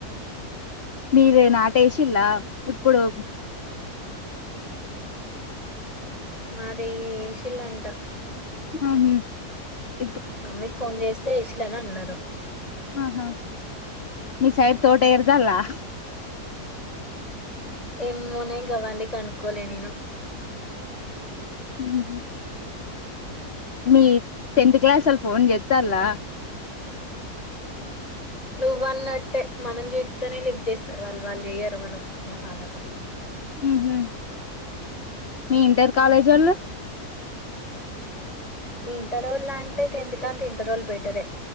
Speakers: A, on the left; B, on the left.
A: మీరుే నాటేసిల్లా ఇప్పుడు
B: మాది ఏశిల్ అంట
A: అహు
B: మమ్మీకి ఫోన్ చేస్తే ఇస్లేని అన్నారు
A: ఆహా మీ సైడ్ తోట ఇర్దాలా
B: ఎమ్మూనే గవన్నీ కనుకోలే నేను
A: ఉ మీ టెన్త్ క్లాస్ వాళ ఫోన్ చేస్తలా
B: నువ్ అన్నట్టే మనం చెప్తోనే లిఫ్ చేస్తారు వాళ్ళు వాళ్ళు చెయ్యరు మన మోహాలకు
A: ఉహు మీ ఇంటర్ కాలేజోళ్ళు
B: ఇంటర్ వాల్ అంటే టెన్త్ కంటే ఇంటర్ వాళ్ళు బెటర్ యే